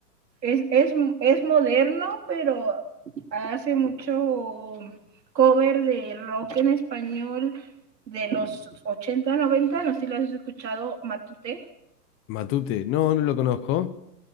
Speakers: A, on the right; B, on the left.
A: es, es, es moderno, pero hace mucho cover de rock en español de los 80 noventa no sé si lo has escuchado, Matute.
B: Matute, no, no lo conozco.